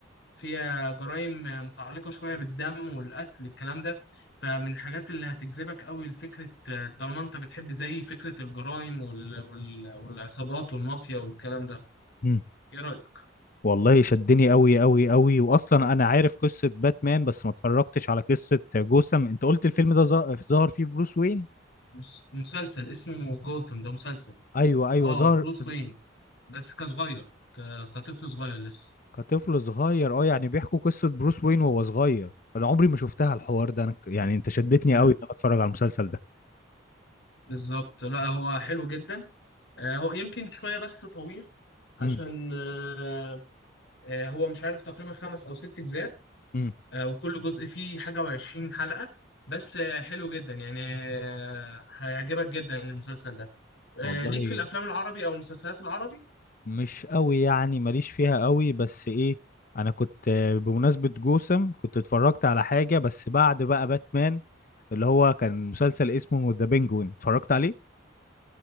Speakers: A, on the left; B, on the left.
A: فيها جرائم آه، متعلقة شوية بالدم والقتل الكلام ده فمن الحاجات اللي هتجذبك قوي لفكرة آه، طالما أنت بتحب زي فكرة الجرائم وال... وال... والعصابات والمافيا والكلام ده
B: ايوه
A: إيه رأيك؟
B: والله شدني قوي قوي قوي واصلا انا عارف قصه باتمان بس ما اتفرجتش على قصه جوثام انت قلت الفيلم ده ظه- ظهر فيه بروس وين
A: مس- مسلسل اسمه جوثم ده مسلسل
B: ايوه ايوه
A: آه
B: ظهر
A: بروث
B: ز-
A: وين بس كصغير ك... كطفل صغير لسه
B: كطفل صغير اه يعني بيحكوا قصه بروس وين وهو صغير انا عمري ما شفتها الحوار ده أنا ك- يعني انت شدتني
A: امم
B: قوي ان انا اتفرج على المسلسل ده
A: بالظبط لا هو حلو جدا آه، هو يمكن شويه بس طويل عشان
B: امم
A: آه، آه، هو مش عارف تقريبا خمس او ست اجزاء
B: امم
A: آه، وكل جزء فيه حاجه وعشرين حلقه بس آه، حلو جدا يعني آه، هيعجبك جدا المسلسل ده آه،
B: والله
A: ليك في الافلام العربي او المسلسلات العربي
B: مش قوي يعني ماليش فيها قوي بس ايه انا كنت آه، بمناسبه جوثام كنت اتفرجت على حاجه بس بعد بقى باتمان اللي هو كان مسلسل اسمه ذا بينجوين اتفرجت عليه